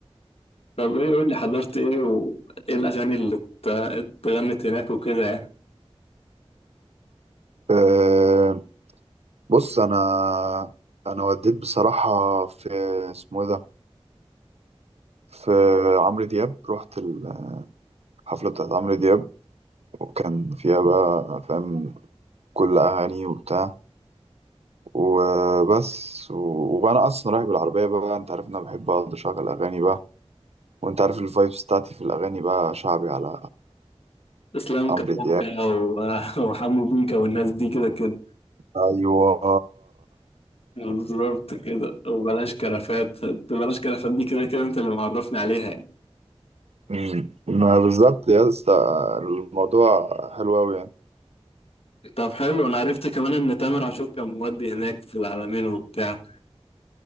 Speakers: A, on the left (about 65°); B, on the right (about 75°).
A: طب ايه قول لي حضرت ايه وايه الاغاني اللي ات- اتغنت هناك وكده يعني
B: أه بص انا انا وديت بصراحة في اسمه ايه ده في عمرو دياب رحت الحفلة بتاعت عمرو دياب وكان فيها بقى فاهم كل اغاني وبتاع وبس وبقى انا اصلا رايح بالعربيه بقى انت عارف ان انا بحب اقعد اشغل اغاني بقى وانت عارف الفايبس بتاعتي في الاغاني بقى شعبي على
A: اسلام
B: عمرو
A: كابونجا
B: دياب
A: و- <laughs> وحمو بيكا والناس دي كده كده
B: ايوه
A: بالظبط كده وبلاش كرفات بلاش كرفات دي كده كده انت اللي معرفني عليها يعني
B: مم. ما بالظبط يا اسطى الموضوع حلو قوي يعني
A: طب حلو انا عرفت كمان ان تامر عاشور كان مودي هناك في العلمين وبتاع